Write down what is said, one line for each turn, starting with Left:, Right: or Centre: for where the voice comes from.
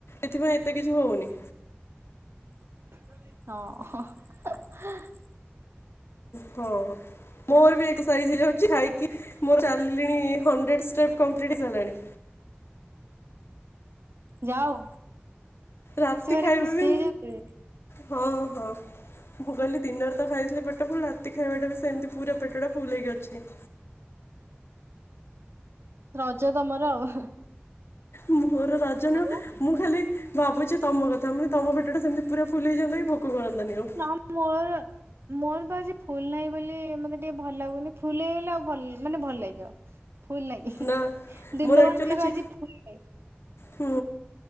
Left: ଏଥିପାଇଁ ଏତେ କିଛି ହଉନି
Right: ହଁ।
Left: ହଁ ମୋରବି ଏକ ସାରିକି ହଉଛି ଖାଇକି ମୋର ଚାଲିଲିଣି ହଣ୍ଡ୍ରେଡ଼୍ ଷ୍ଟେପ୍ କମ୍ପ୍ଲିଟ୍ ହେଇସାରିଲାଣି।
Right: ଯାଉ
Left: ରାତି
Right: ସେ ଭାରି
Left: ଖାଇବା
Right: ଖୁସି
Left: ବି
Right: ହେଇଯାଉ ଥିବେ।
Left: ହଁ ହଁ। ମୁଁ କହିଲି ଦିନରେତ ଖାଇଥିଲି ପେଟ ଫୁଲ୍ ରାତି ଖାଇବାଟାବି ସେମିତି ପୁରା ପେଟଟା ଫୁଲହେଇକି ଅଛି।
Right: ରଜ ତମର ଆଉ।
Left: ମୋର ରଜ ନୁହଁ
Right: ଆଉ
Left: ମୁଁ ଖାଲି ଭାବୁଚି ତମ କଥା ମାନେ ତମ ପେଟଟା ସେମିତି ପୁରା ଫୁଲ୍ ହେଇଯାଆନ୍ତାକି ଭୋକ କରନ୍ତାନି ଆଉ।
Right: ନାଁ ମୋର ମୋରତ ଆଜି ଫୁଲ୍ ନାହିଁ ବୋଲି ମତେ ଟିକେ ଭଲ ଲାଗୁନି ଫୁଲ୍ ହେଇଗଲେ ଆଉ ମାନେ ଭଲ ଲାଗିବ। ଫୁଲ୍ ନାହିଁ
Left: ନା
Right: ଦିନମାନ
Left: ମୋର ଆକ୍ଚୁଆଲି
Right: ଯାକ
Left: ଚି
Right: ଆଜି ଫୁଲ୍ ନାହିଁ।
Left: ହୁଁ